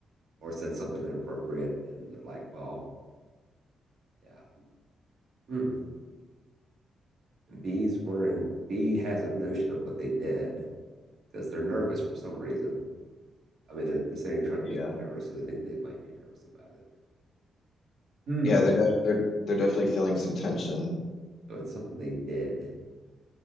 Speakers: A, on the right; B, on the left.
A: or said something inappropriate and they're like well yeah mm. and B's wondering B has a notion of what they did because they're nervous for some reason I mean they're, they're trying to
B: Yeah.
A: make me nervous so they think they might be nervous about it hmm
B: Yeah, they're def they're they're definitely feeling some tension.
A: so it's something they did